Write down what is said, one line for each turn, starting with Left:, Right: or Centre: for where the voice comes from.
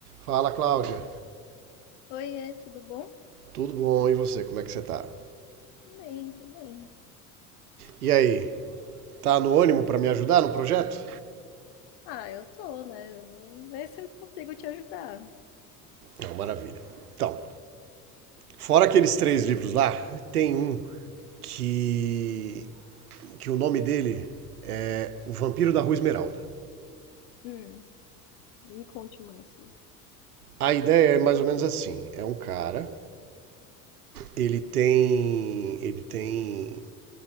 Right: Fala, Cláudia.
Left: Oiê, tudo bom?
Right: Tudo bom? E você? Como é que você tá?
Left: Tudo bem, tudo bem.
Right: E aí? Tá no ânimo para me ajudar no projeto?
Left: Ah, eu tô, né? Eu vou ver se eu consigo te ajudar.
Right: Não, maravilha. Então, fora aqueles três livros lá, tem um que que o nome dele é O Vampiro da Rua Esmeralda.
Left: Hum, me conte mais sobre.
Right: A ideia é mais ou menos assim, é um cara, ele tem ele tem